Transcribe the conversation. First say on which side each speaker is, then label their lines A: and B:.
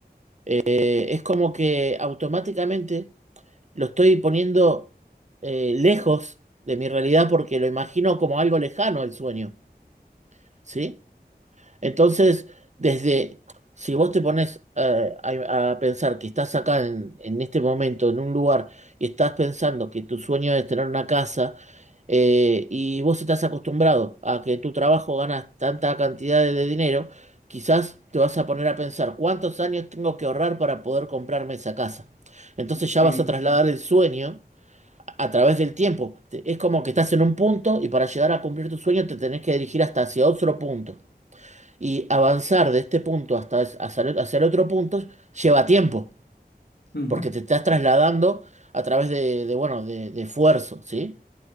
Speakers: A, on the right (about 45°); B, on the left (about 80°).
A: Eh, es como que automáticamente lo estoy poniendo eh, lejos de mi realidad porque lo imagino como algo lejano el sueño, ¿sí? Entonces, desde, si vos te pones eh, a, a pensar que estás acá en, en este momento, en un lugar, y estás pensando que tu sueño es tener una casa, eh, y vos estás acostumbrado a que tu trabajo ganas tanta cantidad de dinero, quizás te vas a poner a pensar cuántos años tengo que ahorrar para poder comprarme esa casa. Entonces
B: okay
A: ya vas a trasladar
B: sí.
A: el sueño a través del tiempo. Te- Es como que estás en un punto y para llegar a cumplir tu sueño te tenés que dirigir hasta hacia otro punto. Y avanzar de este punto hasta es- hacia, el hacia el otro punto lleva tiempo,
B: Ujú.
A: porque te estás trasladando a través de, de, bueno, de, de esfuerzo, ¿sí?